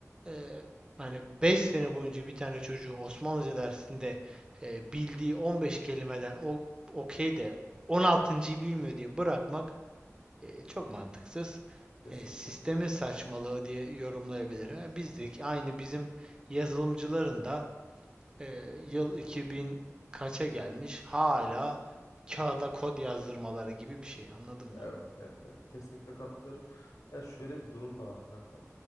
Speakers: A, on the right (about 15°); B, on the left (about 85°).
A: eee hani 5 sene boyunca bir tane çocuğu Osmanlıca dersinde eee, bildiği 15 kelimeden o okey de 16.'yı bilmiyor diye bırakmak eee, çok mantıksız.
B: Kesinlikle.
A: Eee, sistemin saçmalığı diye yorumlayabilirim.
B: Evet.
A: Ha, bizdeki
B: Evet.
A: aynı bizim yazılımcıların da eee, yıl 2000 kaça gelmiş hala kağıda kod yazdırmaları gibi bir şey anladın mı?
B: Evet, evet, evet. Kesinlikle katılıyorum. Ya şöyle bir durum da var kankam.